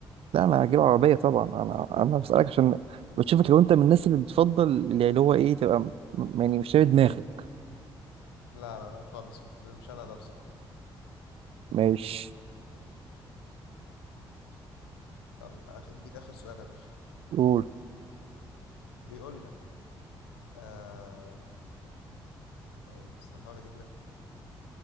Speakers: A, on the right (about 50°); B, on the left (about 80°).
A: لا انا هجيب عربيه طبعا انا انا بسالك عشان بشوفك لو انت من الناس اللي بتفضل يعني اللي هو ايه تبقى م- يعني مش شايل دماغك
B: لا لا لا خالص مش مش انا ده بصراحة
A: ماشي
B: يلا آخر... ديك اخر سؤال يا باشا
A: قول
B: بيقول لك آه... طيب بس انا هحاول اجيب لك